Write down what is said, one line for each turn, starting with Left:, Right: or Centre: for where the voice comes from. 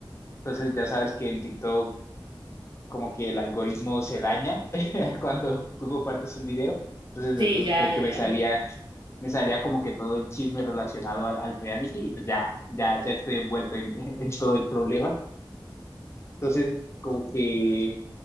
Left: Entonces ya sabes que en TikTok como que el algoritmo se daña <laughs> cuando tú compartes un video. Entonces después
Right: Sí, ya,
Left: como que
Right: ya,
Left: me
Right: ya.
Left: salía, me salía como que todo el chisme relacionado al, al reality y pues ya, ya, ya estoy envuelto en <laughs> en todo el problema. Entonces como que